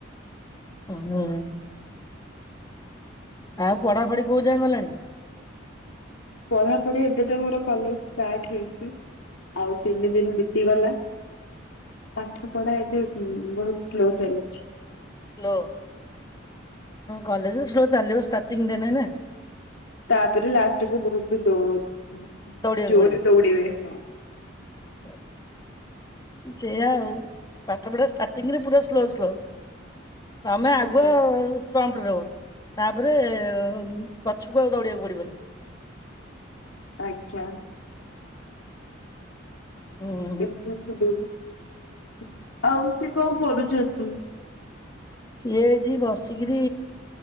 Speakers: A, on the left; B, on the left.
A: ହଁ । ଆଉ ପଢାପଢି କୋଉ ଯାଏ ଗଲାଣି ।
B: ପଢାପଢି ଏବେ ତ ମୋର କଲେଜ ଷ୍ଟ୍ରାଟେ ହେଇଛି ଆଉ ତିନି ଦିନ ବିତିଗଲା ପାଠ ପଢା ଏବେ ବହୁତ ସ୍ଲୋ ଚାଲିଛି ।
A: ସ୍ଲୋ କଲେଜ ସ୍ଲୋ ଚାଲଲିବ ଷ୍ଟ୍ର । ଟିଙ୍ଗିଡା ନେନା ।
B: ତାପରେ ଲାଷ୍ଟକୁ ବହୁତ୍ ଦୋ ।
A: ଦୌଡିବାକୁ
B: ଜୋରେ ଦୌଡ଼ିିବେ ହଁ ।
A: ହ <inaudible> ସେଆା ଆଉ ପାଠପଢା ଷ୍ଟାର୍ଟିଂ ରେ ପୁରା ସ୍ଲୋ ସ୍ଲୋ ତମେ ଆଗୁଆ
B: ହଁ
A: ରୋ ତାପରେ ପଛକୁ ଆକୁ ଦୌଡିବାକୁ ପଡିବନି।
B: ଆଜ୍ଞା।
A: ହୁଁ
B: ଇନ୍ ଫଟ୍ କୁ ଦେଲି । ଆଉ ସେ କଣ କରୁଛନ୍ତି।
A: ସିଏ ଏଠି ବସିକରି